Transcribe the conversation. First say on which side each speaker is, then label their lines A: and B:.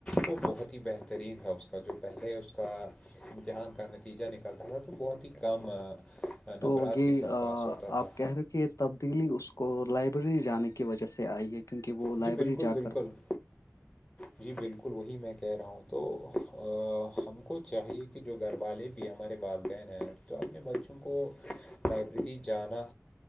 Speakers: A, on the left (about 20°); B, on the left (about 75°).
A: وہ بہت ہی بہترین تھا اس کا جو پہلے اس کا امتحان کا نتیجہ نکلتا تھا تو بہت ہی کم
B: تو
A: نمبرات
B: یہ
A: کے ساتھ پاس ہوتا
B: آپ
A: تھا
B: کہہ رہے یہ تبدیلی اس کو لائبریری جانے کی وجہ سے آئی ہے کیونکہ وہ
A: جی
B: لائبریری
A: بالکل
B: جا
A: بالکل
B: کر
A: جی بالکل وہی میں کہہ رہا ہوں تو ہم کو چاہیے کہ جو گھر والے بھی بھی ہمارے والدین ہیں تو اپنے بچوں کو لائبریری جانا